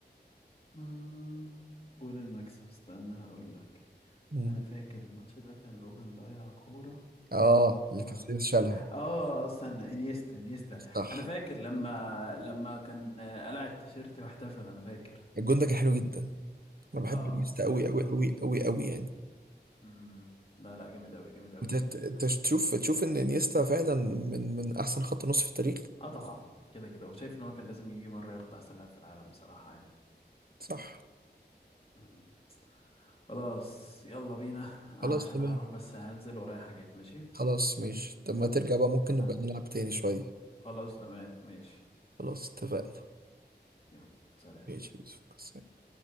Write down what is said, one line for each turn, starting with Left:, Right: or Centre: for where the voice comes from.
Left: آه. جون المكسب استنى هقول لك
Right: مم.
Left: ما أنا فاكر الماتش ده كان روبن ضيع كورة
Right: آه اللي
Left: وبعد
Right: كاسياس
Left: كده
Right: شالها
Left: آه استنى إنيستا إنيستا
Right: صح
Left: أنا فاكر لما لما كان آه، قلع التيشيرت واحتفل أنا فاكر
Right: الجون ده كان حلو جدا أنا بحب
Left: آه
Right: إنيستا
Left: بجد
Right: أوي أوي
Left: آه
Right: أوي أوي أوي يعني
Left: م- لا لا جامد أوي جامد أوي
Right: أنت
Left: بجد
Right: ت- أنت تشوف تشوف إن إنيستا فعلا من من أحسن خط نص في التاريخ
Left: آه طبعا كده كده وشايف إن هو كان لازم يجي مرة ياخد أحسن لاعب في العالم بصراحة
Right: صح
Left: يعني خلاص يلا بينا عشان
Right: خلاص تمام
Left: هروح بس هنزل ورايا حاجات ماشي
Right: خلاص ماشي طب ما ترجع بقى ممكن نبقى
Left: هت-
Right: نلعب تاني شوية
Left: خلاص تمام ماشي
Right: خلاص اتفقنا
Left: يلا سلام
Right: ماشي يا يوسف مع السلامة.